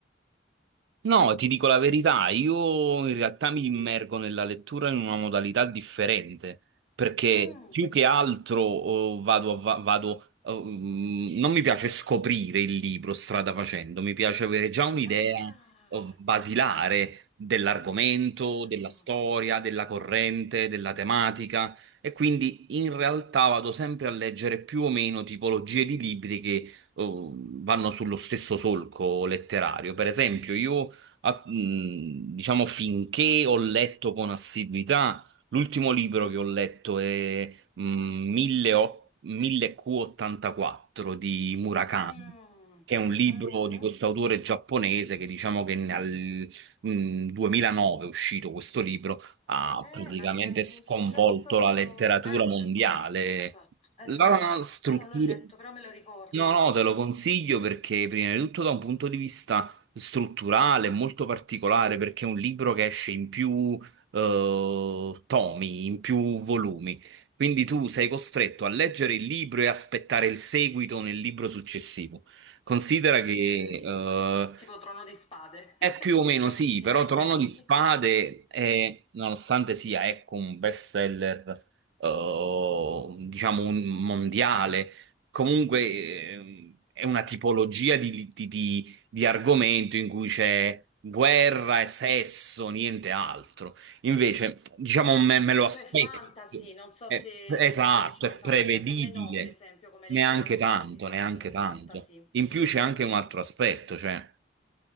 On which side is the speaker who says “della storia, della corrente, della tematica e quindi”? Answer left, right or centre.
Right